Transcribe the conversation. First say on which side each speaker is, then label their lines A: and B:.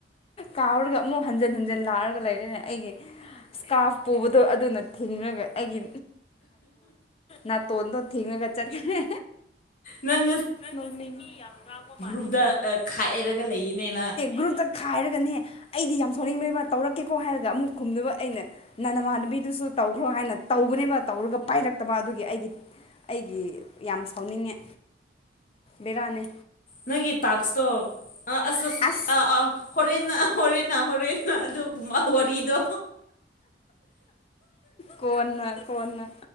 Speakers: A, on the left; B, on the left.
A: ꯀꯥꯎꯔꯒ ꯑꯃꯨꯛ ꯍꯟꯖꯤꯟ ꯍꯟꯖꯤꯟ ꯂꯥꯎꯔꯒ ꯂꯩꯔꯦꯅꯦ ꯑꯩꯒꯤ ꯏꯁꯀꯥꯔꯞ ꯄꯨꯕꯗꯣ ꯑꯗꯨꯅ ꯊꯤꯡꯉꯒ ꯑꯩꯒꯤ ꯅꯥꯇꯣꯟ ꯇ ꯊꯦꯡꯉꯒ ꯆꯠꯈ꯭ꯔꯦ
B: ꯅꯪ
A: ꯅꯪ ꯃꯤ ꯌꯥꯝ ꯉꯥꯡꯕ ꯃꯥꯜꯂꯦ
B: ꯎꯕꯗ ꯈꯥꯏꯑꯦꯔꯒ ꯂꯩꯔꯤꯅꯦꯅ
A: ꯒ꯭ꯔꯨꯞꯇ ꯈꯥꯏꯔꯒꯅꯦ ꯑꯩꯗꯤ ꯌꯥꯝ ꯁꯥꯎꯅꯤꯡꯕꯅꯦꯕ ꯇꯧꯔꯛꯀꯦꯀꯣ ꯍꯥꯏꯔꯒ ꯑꯃꯨꯛ ꯈꯨꯝꯗꯨꯕ ꯑꯩꯅ ꯅꯅꯃꯥꯟꯅꯕꯤꯗꯨꯁꯨ ꯇꯧꯈ꯭ꯔꯣ ꯍꯥꯏꯅ ꯇꯧꯕꯅꯦꯕ ꯇꯧꯔꯒ ꯄꯥꯏꯔꯛꯇꯕ ꯑꯗꯨꯒꯤ ꯑꯩꯒꯤ ꯑꯩꯒꯤ ꯌꯥꯝ ꯁꯥꯎꯅꯤꯡꯉꯦ ꯕꯤꯔꯅꯦ
B: ꯅꯪꯒꯤ ꯇꯥꯛꯁꯇꯣ ꯑꯥ ꯑꯁ ꯑꯁ
A: ꯑ
B: ꯑꯥ ꯑꯥ ꯍꯣꯔꯦꯟꯅ ꯍꯣꯔꯦꯟꯅ ꯍꯣꯔꯦꯟꯅ ꯑꯗꯨꯒꯨꯝꯕ ꯋꯥꯔꯤꯗꯣ
A: ꯀꯅ ꯀꯅ